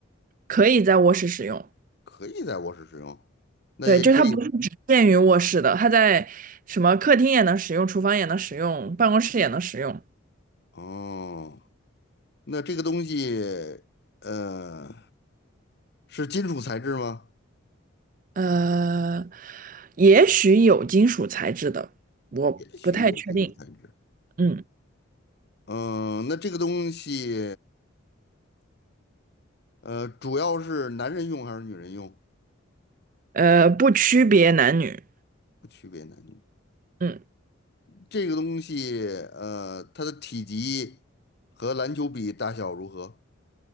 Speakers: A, on the right (about 40°); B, on the left (about 50°).
A: 可以在卧室使用。
B: 可以在卧室使用，那也可以。
A: 对，就它不是只限于卧室的，它在什么客厅也能使用，厨房也能使用，办公室也能使用。
B: 哦，那这个东西呃是金属材质吗？
A: 呃，也许有金属材质的，我不太确定。
B: 也许有金属材质。
A: 嗯，
B: 嗯，那这个东西呃主要是男人用还是女人用？
A: 呃，不区别男女。
B: 不区别男女。
A: 嗯，
B: 这个东西，呃，它的体积和篮球比大小如何？